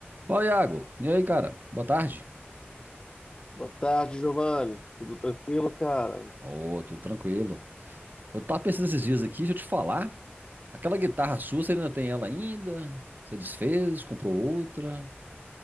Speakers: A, on the right; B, on the left.
A: Fala, Iago. E aí, cara? Boa tarde.
B: Boa tarde, Giovanni. Tudo tranquilo, cara?
A: Ô, tudo tranquilo. Eu tava pensando esses dias aqui, deixa eu te falar. Aquela guitarra sua, você ainda tem ela ainda? Você desfez, comprou outra?